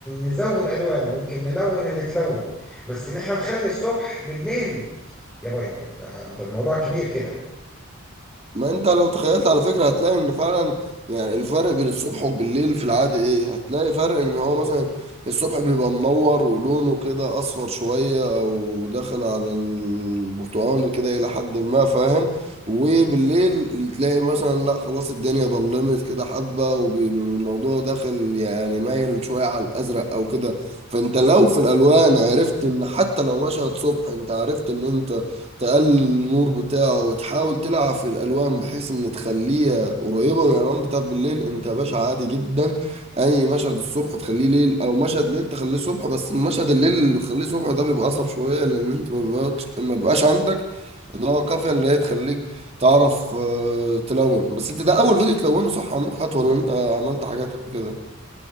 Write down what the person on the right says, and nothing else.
ما انت لو تخيلت على فكرة هتلاقي ان فعلا يعني الفرق بين الصبح وبالليل في العادة ايه هتلاقي فرق ان هو مثلا الصبح بيبقى منور ولونه كده اصفر شوية او داخل على البرتقاني كده الى حد ما فاهم وبالليل تلاقي مثلا لا خلاص الدنيا ضلمت كده حبة والموضوع داخل يعني مايل شوية على الازرق او كده فانت لو في الالوان عرفت ان حتى لو مشهد صبح انت عرفت ان انت تقلل النور بتاعه وتحاول تلعب في الالوان بحيث ان تخليها قريبه من الالوان بتاعت بالليل انت يا باشا عادي جدا اي مشهد الصبح تخليه ليل او مشهد ليل تخليه صبح بس مشهد الليل اللي تخليه صبح ده بيبقى اصعب شويه لان انت ما بيبقاش ما بيبقاش عندك اللي هو كافيه اللي هي تخليك تعرف آه، تلون بس انت ده اول فيديو تلونه صح يا مدحت ولا
انت عملت حاجات قبل كده